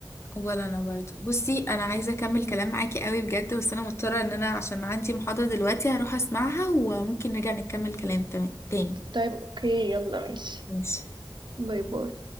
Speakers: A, on the left; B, on the right.
A: ولا انا برضه بصي انا عايزه اكمل
B: مم.
A: كلام معاكي قوي بجد بس انا مضطره ان انا عشان عندي محاضره دلوقتي هروح اسمعها وممكن نرجع نكمل كلام تمام تاني
B: طيب اوكي يلا ماشي
A: ماشي
B: باي باي